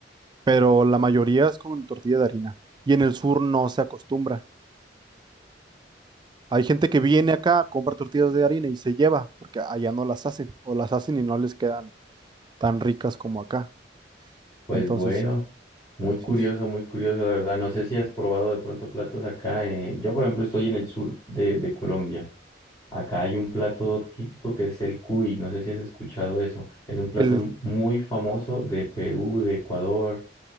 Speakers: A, on the right (about 25°); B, on the left (about 20°).
A: pero la mayoría es con tortilla de harina. Y en el sur no se acostumbra. Hay gente que viene acá, compra tortillas de harina y se lleva, porque allá no las hacen, o las hacen y no les quedan tan ricas como acá.
B: pues
A: Entonces,
B: bueno,
A: sí,
B: muy
A: sí,
B: curioso,
A: sí.
B: muy curioso, la verdad. No sé si has probado de pronto platos acá. eh, Yo, por ejemplo, estoy en el sur de, de Colombia. Acá hay un plato típico que es el cuy. No sé si has escuchado eso. Es un plato
A: el,
B: m- muy famoso de Perú, de Ecuador.